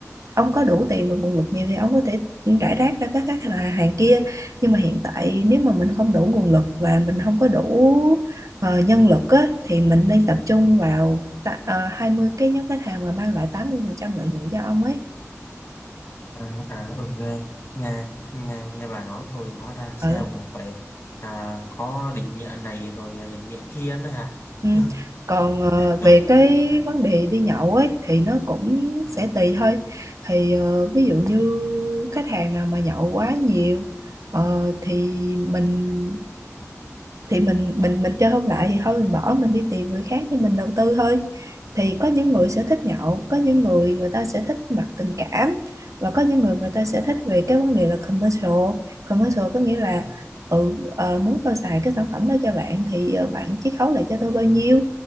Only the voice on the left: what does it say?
À, à ừ, nghe, nghe, nghe, nghe bà nói thôi hóa ra SEO
cũng phải à, có định nghĩa này rồi định nghĩa kia nữa hả <laughs>
tôi
tôi,
tôi
à,
ừ,
à,
ừ,